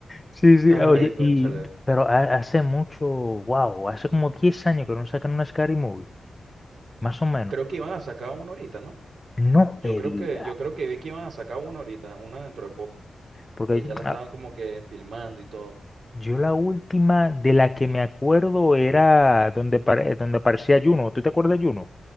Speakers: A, on the left; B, on the right.
A: Sí, sí,
B: Ay,
A: oye,
B: cónchale.
A: y, pero ha- hace mucho, wow, hace como 10 años que no sacan una Scary Movie, más o menos.
B: Creo que iban a sacar una ahorita, ¿no?
A: No
B: Yo
A: me
B: creo
A: diga,
B: que, yo creo que vi que iban a sacar una ahorita, una dentro de poco,
A: porque
B: que ya la estaban
A: ah,
B: como que filmando y todo.
A: yo la última de la que me acuerdo era donde, pare- donde aparecía Juno, ¿tú te acuerdas de Juno?